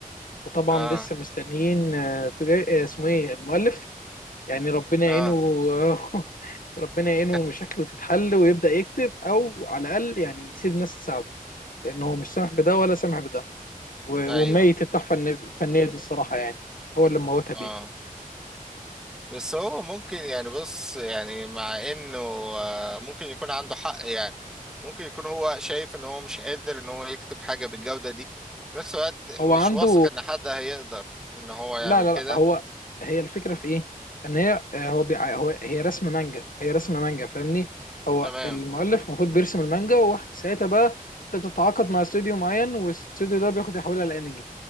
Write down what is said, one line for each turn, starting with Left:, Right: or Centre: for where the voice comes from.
Left: وطبعا
Centre: آه.
Left: لسه مستنيين آه، تجا- آه، اسمه ايه المؤلف يعني ربنا
Centre: اه
Left: يعينه <laughs> ربنا يعينه
Centre: <laughs>
Left: مشاكله تتحل ويبدأ يكتب او على الاقل يعني يسيب ناس تساعده لان هو مش سامح بده ولا سامح بده و-
Centre: ايوه
Left: وميت التحفة الن- الفنية دي الصراحة يعني هو اللي موتها
Centre: اه
Left: بيده
Centre: بس هو ممكن يعني بص يعني مع انه آه، ممكن يكون عنده حق يعني ممكن يكون هو شايف ان هو مش قادر ان هو يكتب حاجة بالجودة دي في نفس الوقت
Left: هو
Centre: مش
Left: عنده
Centre: واثق ان حد هيقدر ان هو يعمل
Left: لا لا
Centre: كده
Left: لا هو هي الفكره في ايه ان هي آه، هو بيع... هو هي رسم مانجا هي رسم مانجا فاهمني هو
Centre: تمام
Left: المؤلف المفروض بيرسم المانجا وساعتها بقى انت بتتعاقد مع استوديو معين والاستوديو ده بياخد يحولها لانمي